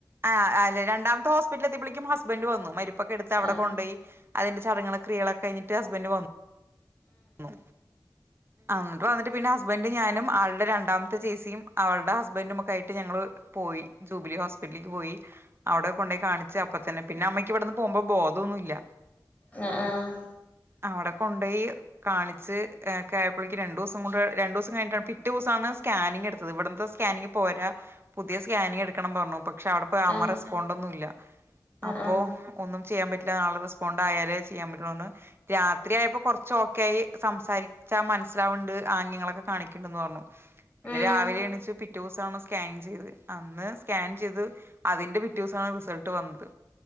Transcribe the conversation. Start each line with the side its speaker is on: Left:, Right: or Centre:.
Right: ആഹ് അല്ല രണ്ടാമത്തെ ഹോസ്പിറ്റിൽ എത്തിയപളേക്കും ഹസ്ബൻ്റ് വന്നു മരിപ്പൊക്കെ എടുത്ത് അവിടെ
Left: ആഹ്
Right: കൊണ്ടോയി അതിന്റെ ചടങ്ങുകളും ക്രിയകളൊക്കെ കഴിഞ്ഞിട്ട് ഹസ്ബന്റ് വന്നു ഉം എന്നിട്ട് വന്നിട്ട് പിന്നെ ഹസ്ബന്റ് ഞാനും ആളുടെ രണ്ടാമത്തെ ചേച്ചിയും അവളുടെ ഹസ്ബൻ്റും ഒക്കെ ആയിട്ട് ഞങ്ങള് പോയി ജൂബിലി ഹോസ്പിറ്റൽക്ക് പോയി അവിടെ കൊണ്ടോയി കാണിച്ച് അപ്പ തന്നെ പിന്നെ അമ്മയ്ക്ക് ഇവിടുന്ന് പോമ്പോ ബോധൊന്നുല്ല
Left: ആഹ് ആഹ്
Right: അവിടെ കൊണ്ടോയി കാണിച്ച് ക ആയപ്പിളേക്ക് രണ്ടൂസം കൊണ്ട് രണ്ടൂസം കഴിഞ്ഞിട്ട പിറ്റേസാണ് സ്കാനിംഗ് എടുത്തത് ഇവിടുത്തെ സ്കാനിംഗ് പോരാ പുതിയ സ്കാനിംഗ് എടുക്കണം പറഞ്ഞു ഇപ്പോ പക്ഷെ അവിടെ പോയി അമ്മ
Left: ആഹ്
Right: റെസ്പോണ്ടൊന്നുല്ല
Left: ആഹ്
Right: അപ്പോ
Left: ആഹ് ആഹ്
Right: ഒന്നും ചെയ്യാൻ പറ്റില്ല ആള് റെസ്പോണ്ട് ആയാലേ ചെയ്യാൻ പറ്റുള്ളൂന്ന് രാത്രി ആയപ്പോ കുറച്ച് ക്കായി സംസാരിച്ചാ മനസ്സിലാവണ്ട് ആംഗ്യങ്ങളൊക്കെ കാണിക്കണ്ട്ന്ന് പറഞ്ഞു പിന്നെ
Left: ഉം
Right: രാവിലെ എണീച്ച് പിറ്റേ ദിവസാണ് സ്കാനിംഗ് ചെയ്തത് അന്ന് സ്കാൻ ചെയ്ത് അതിന്റെ പിറ്റേസാണ് റിസൾട്ട് വന്നത്